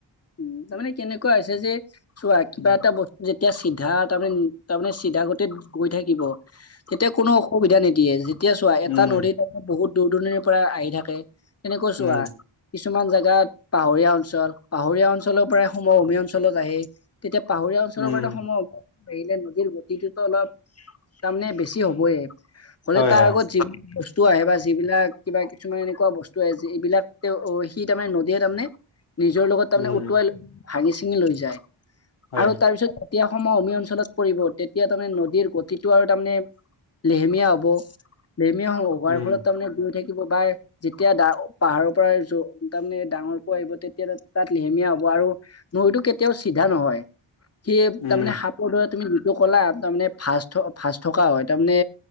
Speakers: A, on the left; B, on the left.
A: উম। তাাৰমানে কেনেকুৱা হৈছে যে- চোৱা, কিবা
B: উম
A: এটা বস্তু যেতিয়া চিধা তাৰমানে-তাৰমানে চিধা গতিত গৈ থাকিব, তেতিয়া কোনো অসুবিধা নিদিয়ে। যে এতিয়া চোৱা এটা
B: উম
A: নদীত <unintelligible> বহুত দূৰ-দূৰণিৰ পৰা আহি থাকে। এনেকৈ চোৱা
B: উম
A: কিছুমান জাগাত পাহৰীয়া অঞ্চল পাহৰীয়া অঞ্চলৰ পৰাই সমভূমি অঞ্চলত আহে। তেতিয়া পাহৰীয়া অঞ্চলৰ
B: উম
A: পৰা সম এৰিলে নদীৰ গতিটোতো অলপ তাৰমানে বেছি হবয়ে। হ'লে
B: হয়
A: তাৰ
B: হয়
A: আগত যিবিলাক বস্তু আহে বা যিবিলাক কিবা কিছুমান এনেকুৱা বস্তু আহে যে এইবিলাক তেওঁ সি তাৰমানে নদীয়ে তাৰমানে নিজৰ লগত তাৰমানে
B: উম
A: উটুৱাই লৈ ভাঙি-চিঙি লৈ যায়।
B: হয়
A: আৰু তাৰপিছত যেতিয়া সমভূমি অঞ্চলত পৰিব, তেতিয়া তাৰমানে নদীৰ গতিটো আৰু তাৰমানে লেহেমীয়া হব। <unintelligible> হোৱাৰ
B: উম
A: ফলত তাৰমানে দুয়ো থাকি <unintelligible> বা যেতিয়া পাহাৰৰ পৰা তাৰমানে ডাঙৰকৈ আহিব, তেতিয়া তাত লেহেমীয়া হ'ব আৰু নৈটো কেতিয়াও চিধা নহয়। সি
B: উম
A: তাৰমানে সাপ দৰে তুমি যিটো ক'লা তাৰমানে ভাঁজ ভাঁজ থকা হয়। তাৰমানে